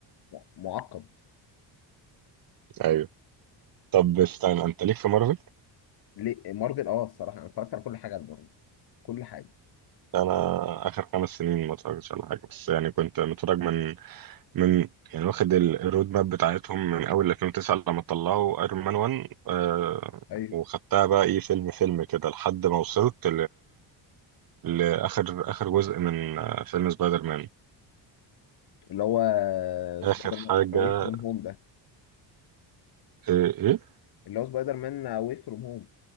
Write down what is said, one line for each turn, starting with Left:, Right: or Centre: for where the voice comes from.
Left: لا، معقد
Right: أيوه طب استنى أنت ليك في مارفل؟
Left: ليه مارفل اه الصراحه انا اتفرجت على كل حاجه لمارفل كل حاجه
Right: أنا آخر خمس سنين ما اتفرجتش على حاجة بس يعني كنت متفرج من من يعني واخد ال- الرود ماب بتاعتهم من أول 2009 لما طلعوا أيرون مان 1 آه،
Left: ايوه
Right: وخدتها بقى إيه فيلم فيلم كده لحد ما وصلت لآخر آخر جزء من آه، فيلم سبايدر مان
Left: اللي هو آه،
Right: آخر
Left: سبايدر مان
Right: حاجة
Left: اواي فروم هوم ده
Right: إيه إيه؟
Left: اللي هو سبايدر مان واي فروم هوم